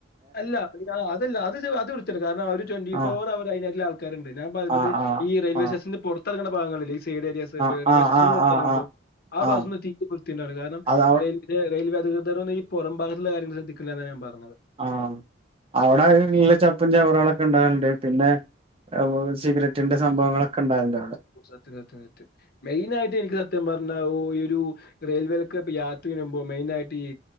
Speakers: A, on the left; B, on the right.
A: അല്ല <unintelligible> അതല്ല അതത് അത് വ്യത്തിതന്നെകെ കാർണം അവര് ട്വൊന്റിഫോർ
B: ആ
A: അവറ് അയിനതില് ആൾക്കാരുണ്ട് ഞാൻ പറഞ്ഞത്
B: ആ ആ
A: ഈ റെയിൽവേ
B: ആ
A: സ്റ്റേഷന്റെ പൊറത്തെറങ്ങുന്ന ഭാഗങ്ങളില് തീരെര്യസവേറെ
B: ആ ആ
A: വെശ്ശ്ന്ന്
B: ആ
A: പൊറത്തെറങ്ങുമ്പം
B: ആ ആ
A: ആഭാസ്ന്നെത്തിതീരെ
B: ആ
A: വ്യത്തിണ്ടാവില്ല കാർണ
B: അത്
A: റെയിൽ ഇത് റെയിൽവേ അ ധികൃതരൊന്നും ഈ പൊറം ഭാഗുള്ള കാര്യം ശ്രദ്ധിക്കണില്ലാന്നാ ഞാമ്പറഞ്ഞത്
B: ആഹ് അവ്ടെ ഇള്ളെ ചപ്പും ചവറുകളൊക്കെ ഉണ്ടാകാനുണ്ട് പിന്നെ അ പോലെ സിഗരറ്റിന്റെ സംഭവങ്ങളൊക്കെ ഇ ണ്ടാൽണ്ട
A: സത്യം സത്യം സത്യം മെയിൻ ആയിട്ട് എനിക്ക് സത്യം പറ ഓ ഈ ഒരു റെയിൽവേയിലൊക്കെ ഇ യാത്ര ചെയുമ്പോ മെയിന ആയിട്ട് ഈ